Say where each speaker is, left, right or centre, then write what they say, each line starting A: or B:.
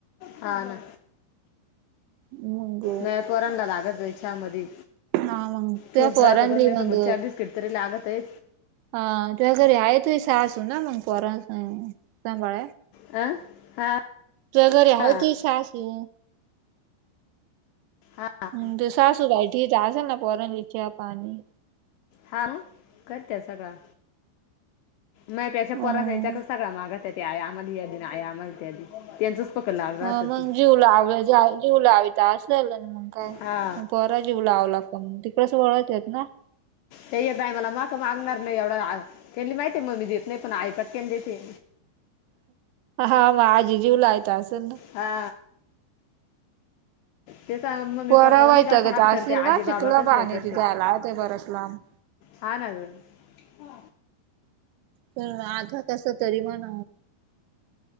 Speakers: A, on the left (about 85°); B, on the right (about 80°).
A: हा ना
B: मग
A: मया पोरला लागत बाई चहा मधी
B: हा मग त्या
A: टोस्ट
B: पोरांली
A: राहतातच नाही
B: मग
A: तर मगच्या बिस्किट तरी लागत आहे.
B: हा ते घरी आहे तु सासू ना मग परा सांभाळ
A: अह हा
B: तुया घरी आहे
A: हा
B: तुई सासू
A: हा
B: हम तू सासू भाई ठीच आश ना पोरण ला चहा पाणी
A: हा करते सगळा मगपेक्षा
B: हम्म
A: परत यांच्याक सगळा मागा त्या ते आ आम्हाला या दे ना आई आम्हाला त्या त्यांचंच पकड लागलं राहतं
B: अ मग
A: ती
B: जीवला जीवलावी तर असलेलं ना मग
A: हा
B: काय जीवला लावला का तिकडेच वळत य ना
A: ते बाय मला मा का मागणार नाही एवढा त्यांनी माहितीय मग्मी देत नाही पण आई पटक्यान देते
B: हा मग आजी जीव लावीत असेल ना.
A: हा त्याचा मम्मी
B: पोरा
A: पप्पा
B: वैतागत
A: नाही जास्त हात करते
B: असतील
A: आजी
B: ना
A: बाबा
B: चिखला
A: कसले
B: पाण्याची
A: करते.
B: जायला ते बरंच लांब
A: हा ना हा
B: पण आधा कसा तरी मण